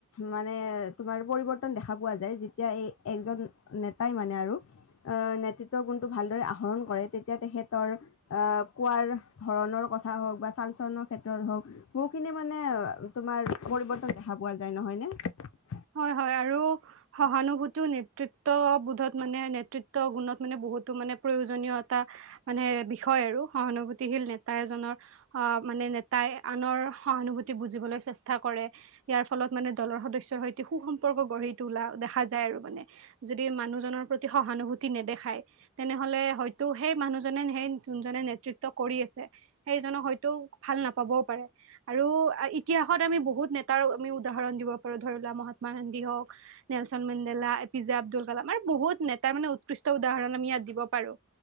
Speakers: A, on the left; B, on the right.
A: মানে তোমাৰ পৰিৱৰ্তন দেখা পোৱা যায়। যেতিয়া এই একজন নেতাই মানে আৰু অ নেতৃত্বৰ গুণটো ভালদৰে আহৰণ কৰে। তেতিয়া তেখেতৰ আহ কোৱাৰ ধৰণৰ কথা হওক বা চাল চালনৰ ক্ষেত্ৰত হওক বহুখিনি মানে তোমাৰ পৰিৱৰ্তন দেখা পোৱা যায় নহয়নে।
B: হয় হয় আৰু সহানুভূতি নেতৃত্ববোধত মানে নেতৃত্ব গুণত মানে বহুতো মানে প্ৰয়োজনীয় এটা মানে বিষয় আৰু সহানোভোতিশল নেতা এজনৰ মানে নেতাই আনৰ সহানুভূতি বুজিবলৈ চেষ্টা কৰে ইয়াৰ ফলত মানে দলৰ সদস্যৰ সৈতে সু সম্পৰ্ক গঢ়ি তোলা দেখা যায় আৰু মানে যদি মানুহজনৰ প্ৰতি সহানুভূতি নেদেখায় তেনেহলে হয়তো সেই মানুহজনে সেই যোনজনে কৰি আছে সেইজনক হয়তো ভাল নাপাবও পাৰে আৰু এতিয়া আমি বহুত নেতাৰ আমি উদাহৰণ দিব পাৰো ধৰিলা মহ মাত্মা গান্ধী হওক, নেলচন মেডেলা, এ পি জা আব্দুল কালাম, আৰু বহুত নেতাৰ মানে উৎকৃষ্ট উদাহৰণ আমি দিব পাৰু।